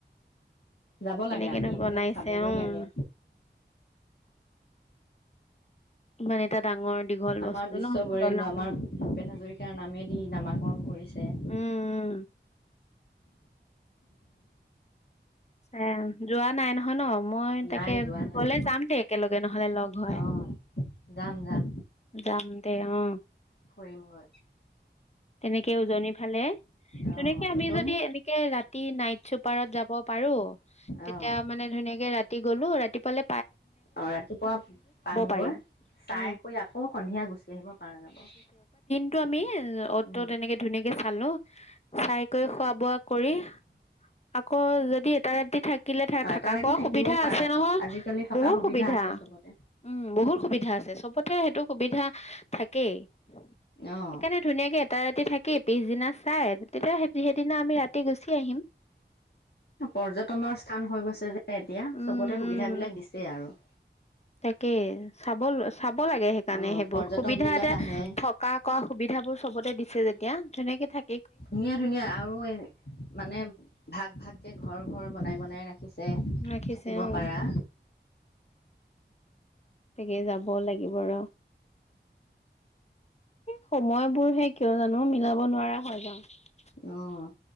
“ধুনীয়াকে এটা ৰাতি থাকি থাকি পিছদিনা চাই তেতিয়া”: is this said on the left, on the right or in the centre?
Left